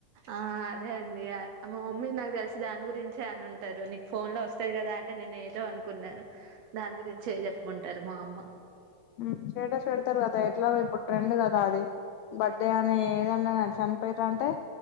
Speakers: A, on the right; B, on the left.
A: ఆ అదే అండి మా మమ్మీ నాకు తెలిసి దాని గురించే అనున్ టారు నీకు ఫోన్ లో వస్తాయి కదా అంటే నేను ఏదో అను కున్నాను దాని గురించి చెప్పుంటారు మా అమ్మ
B: ఉమ్‌ స్టేటస్ పెడతారు కదా ఎట్లాగో ఇప్పుడు ట్రెండ్ కదా అది బర్డే అని ఏదన్నా గానీ చనిపోయిర్రంటే